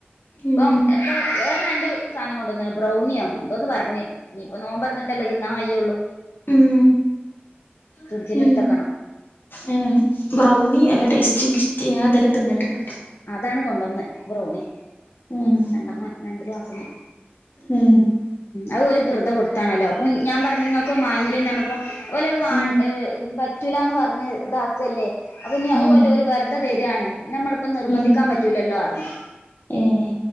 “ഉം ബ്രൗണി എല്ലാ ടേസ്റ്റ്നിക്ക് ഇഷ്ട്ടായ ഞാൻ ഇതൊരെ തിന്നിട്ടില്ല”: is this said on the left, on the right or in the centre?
Left